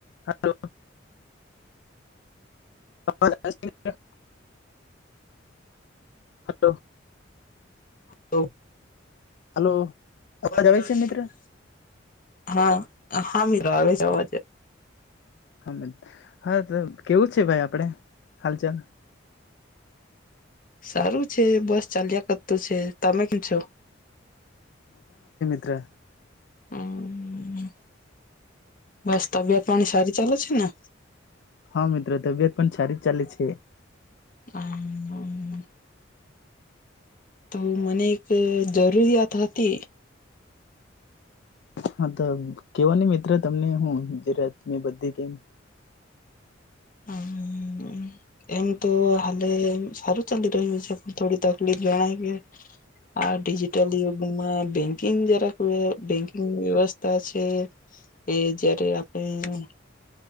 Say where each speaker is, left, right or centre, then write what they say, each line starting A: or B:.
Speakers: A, on the left (about 60°); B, on the left (about 45°).
A: હાલો. અવાજ આવે છે મિત્ર? હલો.
B: Hello
A: hello. અવાજ
B: વાત
A: આવે
B: કર
A: છે
B: <inaudible>
A: મિત્ર
B: હા. હા મીર આવે છે અવાજે.
A: હમદ હા તો કેવું છે ભાઈ આપડે? હાલચલ.
B: સારું છે બસ ચાલ્યા કર તું છે, તમે કીમ છો?
A: ત્ર.
B: હમ્મ. બસ તબિયત પાણી સારી ચાલે છે ને?
A: હા મિત્ર, તબિયત પણ સારી જ ચાલે છે.
B: હમ્મ. તો મને એક ક જરૂરિયાત હતી.
A: હા તો કેવો ની મિત્ર તમને હું ગુજરાતની બધી ગેમ
B: હમ્મ. એમ તો હાલે સારું ચાલી રહ્યું છે. થોડી તકલીફ જણાય કે આ ડિજિટલ યુગમાં બેંકિંગ જરાક બેંકિંગ વ્યવસ્થા છે એ જયારે આપણે